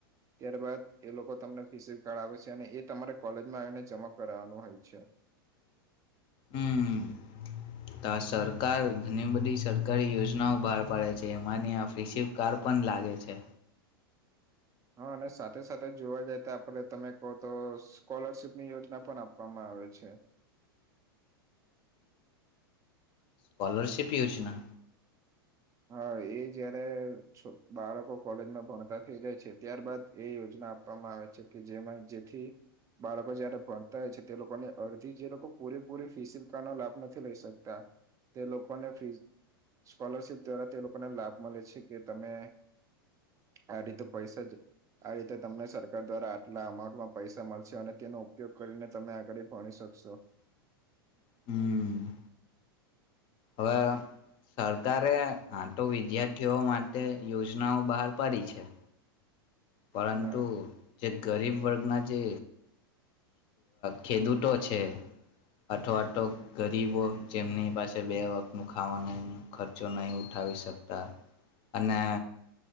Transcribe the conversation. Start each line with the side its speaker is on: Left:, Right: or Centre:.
Right: ત્યારબદ એ લોકો તમને ફીસી કાર્ડ આવે છે અને એ તમારે કોલેજમાં આવીને જમા કરનું હોય. <inaudible>
Left: હમ તો આ સરકાર ઘણી બધી સરકારી યોજનાઓ બહાર પાડે છે એમાંની આ ફિસી કાર્ડ પણ લાગે છે.
Right: હા અને સાથે સાથે જોવા જાય તો આપને તમે કહો તો સ્કોલરશીપની યોજના પણ આપવામાં આવે છે.
Left: સ્કોલરશિપ યોજના.
Right: હા એ જયારે બાળકો કોલેજમાં ભણતા થઈ જાય છે ત્યાર બાદ એ યોજના આપવામાં આવે છે કે જેમાં જેથી બાળકો જયારે ભણતા હોય છે તે લોકોની અડધી જે લોકો પૂરેપૂરી ફી સિકકાનો લાભ નથી લઈ શકતા તે લોકોને ફી સ્કોલરશિપ દ્વારા તે લોકોને લાભ મળે છે કે તમે આ રીતે પૈસા આ રીતે તમને સરકાર દ્વારા આટલા અમાઉન્ટમાં પૈસા મળશે અને તેનો ઉપયોગ કરીને તમે આગળ ભણી શકશો.
Left: હમ. હવે સરકારે આ તો વિદ્યાર્થીઓ માટે યોજનાઓ બહાર પાડી છે. પરંતુ
Right: હા
Left: જે ગરીબ વર્ગના જે ખેડૂતો છે અથવાવાટ ગરીબો જેમની પાસે બે વખત ન ખાવાનો ખર્ચો નહી ઉઠાવી શકતા અને